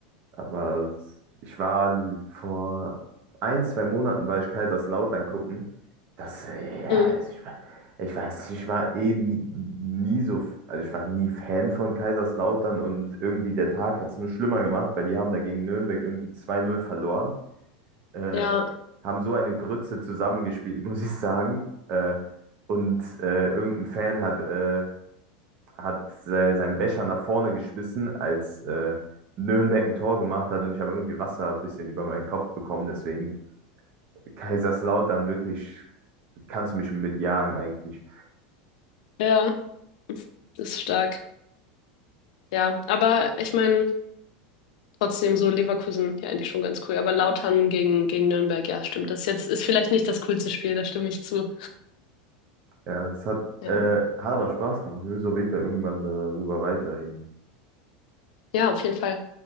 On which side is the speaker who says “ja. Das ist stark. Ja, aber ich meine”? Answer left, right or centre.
Left